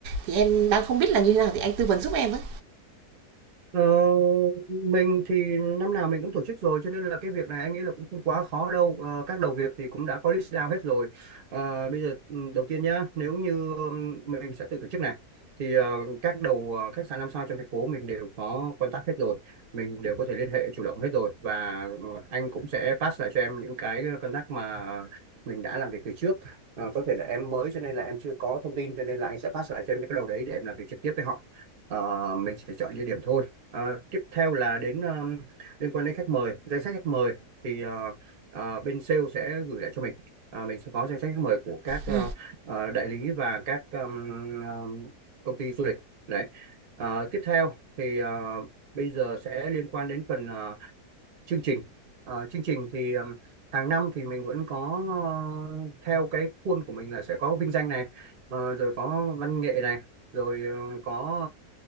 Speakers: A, on the right; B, on the right.
A: thì em đang không biết là như thế nào thì anh tư vấn giúp em với
B: Ờ, mình thì năm nào mình cũng tổ chức rồi cho nên là cái việc này anh nghĩ là cũng không quá khó đâu Ờ, các đầu việc thì cũng đã có list down hết rồi Ờ, bây giờ ừ, đầu tiên nhá nếu như ừm, mình sẽ tự tổ chức này thì ờ, các đầu ờ, khách sạn năm sao trong thành phố mình đều có contact hết rồi mình đều có thể liên hệ chủ động hết rồi và ờ, anh cũng sẽ pass lại cho em những cái contact mà mình đã làm việc từ trước Ờ, có thể là em mới cho nên là em chưa có thông tin cho nên là anh sẽ pass lại cho em cái đầu đấy để em làm việc trực tiếp với họ Ờ, mình sẽ chọn địa điểm thôi Ờ, tiếp theo là đến ờ, liên quan đến khách mời, danh sách khách mời thì ờ, ờ, bên sale sẽ gửi lại cho mình. Ờ, mình sẽ có danh sách khách mời của các ờ,
A: Ừ.
B: ờ, đại lý và các ờm, ờm, công ty du lịch. Đấy. Ờ, tiếp theo thì ờ, bây giờ sẽ liên quan đến phần ờ, chương trình Ờ, chương trình thì ừm, hàng năm thì mình vẫn có ờ, theo cái khuôn của mình là sẽ có vinh danh này ờ, rồi có văn nghệ này rồi ờ, có